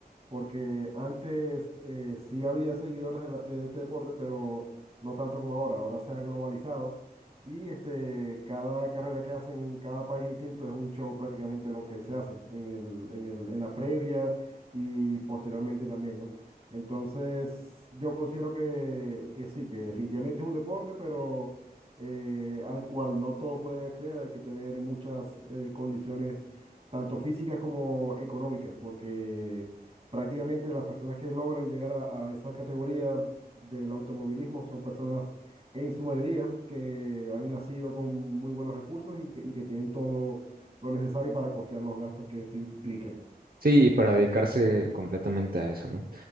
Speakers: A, on the right (about 35°); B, on the right (about 65°).
A: porque antes eh, sí había seguidores de, la- de este deporte, pero no tanto como ahora. Ahora se ha globalizado y este, cada carrera que hacen en cada país distinto es un show prácticamente lo que se hace en el- en el- en la previa y posteriormente también, ¿no? Entonces, yo considero que, que sí, que definitivamente es un deporte, pero eh, al cual no todos pueden acceder. Hay que tener muchas eh, condiciones, tanto físicas como económicas, porque prácticamente las personas que logran llegar a, a esa categoría del automovilismo son personas en su mayoría que han nacido con muy buenos recursos y que, y que tienen todo lo necesario para costear los gastos que esto implica.
B: Sí, y para dedicarse completamente a eso, ¿no?